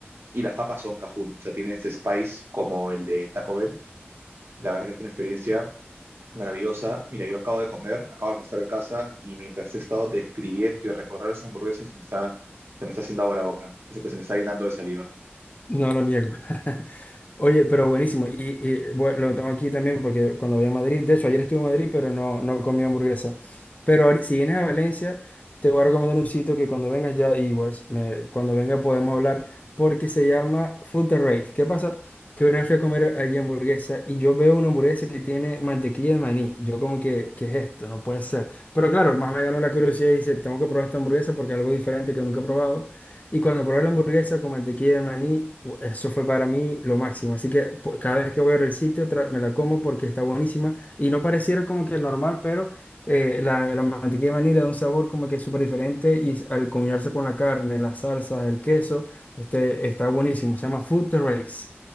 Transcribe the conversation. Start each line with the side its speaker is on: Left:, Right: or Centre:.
Right: y las papas son cajún, o sea, tienen este spice como el de Taco Bell. La verdad que fue una experiencia maravillosa. Mira, yo acabo de comer, acabo de almorzar en casa y mientras he estado describiendo y recorrer las hamburguesas, se me está, se me está haciendo agua la boca. Eso que se me está llenando de saliva.
Left: No lo niego. <laughs> Oye, pero buenísimo. Y, y, bueno, lo tengo aquí también porque cuando voy a Madrid, de hecho, ayer estuve en Madrid, pero no, no comí hamburguesa. Pero ahori- si vienes a Valencia, te voy a recomendar un sitio que cuando vengas ya, igual, me- cuando venga podemos hablar, porque se llama Food Terrace. ¿Qué pasa? Que una vez fui a comer allí hamburguesa y yo veo una hamburguesa que tiene mantequilla de maní. Yo como que, ¿qué es esto? No puede ser. Pero claro, más me ganó la curiosidad y dice, tengo que probar esta hamburguesa porque es algo diferente que nunca he probado. Y cuando probé la hamburguesa con mantequilla de maní, u- eso fue para mí lo máximo. Así que po- cada vez que voy al sitio tra- me la como porque está buenísima. Y no pareciera como que normal, pero eh, la, la mantequilla de maní le da un sabor como que súper diferente y s- al combinarse con la carne, las salsas, el queso, este, está buenísimo. Se llama Food Terrace